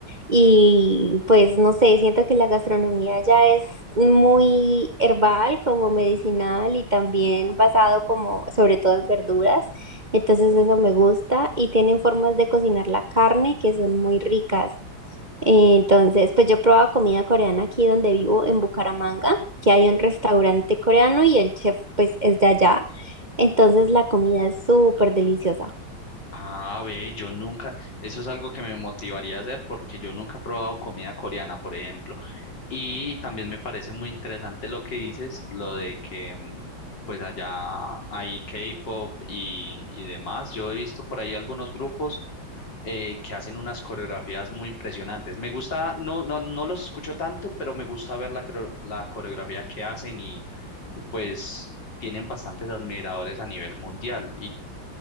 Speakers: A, on the right; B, on the left.
A: y pues no sé, siento que la gastronomía ya es muy herbal, como medicinal y también basado como sobre todo en verduras, entonces eso me gusta y tienen formas de cocinar la carne que son muy ricas. Entonces, pues yo probaba comida coreana aquí donde vivo, en Bucaramanga, que hay un restaurante coreano y el chef pues es de allá. Entonces la comida es súper deliciosa.
B: Ah, ve, yo nunca, eso es algo que me motivaría a hacer porque yo nunca he probado comida coreana, por ejemplo. Y también me parece muy interesante lo que dices, lo de que mm, pues allá hay K-pop y, y demás. Yo he visto por ahí algunos grupos eh, que hacen unas coreografías muy impresionantes. Me gusta, no, no, no los escucho tanto, pero me gusta ver la, coreo- la coreografía que hacen y pues tienen bastantes admiradores a nivel mundial.